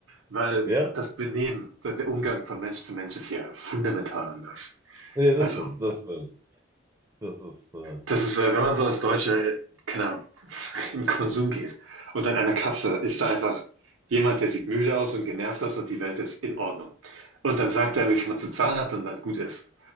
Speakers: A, on the right; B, on the right.
A: Weil
B: ja,
A: das Benehmen, der der Umgang von Mensch zu Mensch ist ja fundamental anders.
B: ja, das
A: Also,
B: stimmt, das stimmt. Das ist, äh,
A: das ist, äh, wenn man so als Deutscher, äh, keine Ahnung, <laughs> in den Konsum geht und an einer Kasse ist da einfach jemand, der sieht müde aus und genervt aus und die Welt ist in Ordnung. Und dann sagt er, wie viel man zu zahlen hat und dann gut ist.